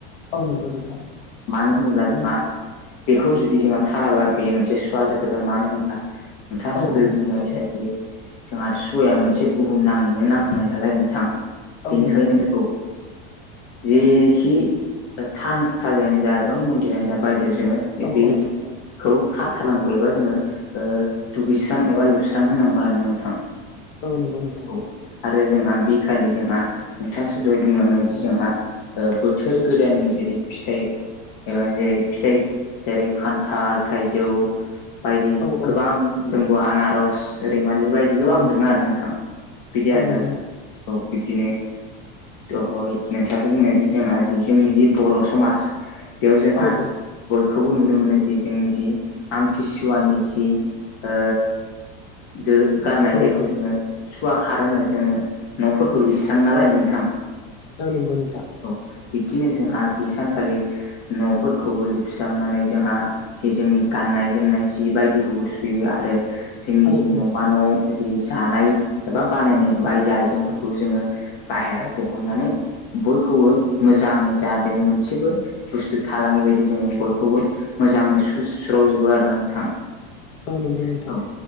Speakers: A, on the left (about 75°); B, on the left (about 40°).
A: औ नंगौ नोंथां।
B: मानो होनोब्ला जोंहा बेखौ जुदि जोंहा थाराबा बे मोनसे सुवा जागोन मानो होनब्ला नोंथाङासो
A: औ
B: दहै
A: औ
B: बुंनाय जोंहा सुवाया मोनसे बुहुम नाङैनो नांनाय नालाय नोंथां।
A: औ
B: बेनिखायनो
A: नंगौ नोंथां
B: बेखौ जेखि थानसालियानो जा एबा मन्दिरानो जा बायदियाव जोङो
A: औ
B: बे
A: औ।
B: खौ खारथारनांगौ एबा जोङो दुगैस्रां एबा लोबस्रां होनांगौ आरोना नोंथां।
A: औ नंगौ नोंथां।
B: औ आरो जोंहा बे खालि जोंहा नोंथांसो दहै बुंलांनाय बायदि जोंहा बोथोर गोदाननि जेरै फिथाइ एबा जेरै फिथाइ जेरै खान्थाल थाइजौ बायदि
A: औ औ
B: गोबां दंबावो आनारस, रैमालि बायदि गोबां
A: औ नंगौ
B: दङ आरो नोंथां। बिदि
A: औ
B: आरोना।
A: नंगौ नोंथां
B: औ बिब्दिनो। दहै नोंथाङासो बुंनायदि जोंहा जि जोंनि जि बर' समाज बेयाव जोंहा
A: औ औ
B: बयखौबो नुनो मोनो जे जोंनि जि आमथिसुवानि जि ओ दो गारनाय
A: औ
B: जायखौ
A: औ
B: जोङो। सुवा खार होनो जोङो न'फोरखौ लिरस्रां नालाय नोंथां।
A: औ नंगौ नोंथां।
B: औ बिब्दिनो जोंहा बे सानखालि न'फोरखौबो लिरस्रांनानै जोंहा जे जोंनि गाननाय जोमनाय जि बायदिखौबो सुयो आरो जोंनि
A: औ
B: जि
A: औ
B: न'मा न' जि जानाय एबा बानायनाय बायदि आइजेंफोरखौबो जोङो बाहेराव बहननानै बयखौबो मोजाङै जाहाथे मोनसेबो बुस्थु थालाङि बायदि जोङो बयखौबो मोजाङै सुस्रजोबो आरो ना नोंथां।
A: औ नंगौ नोंथां।
B: औ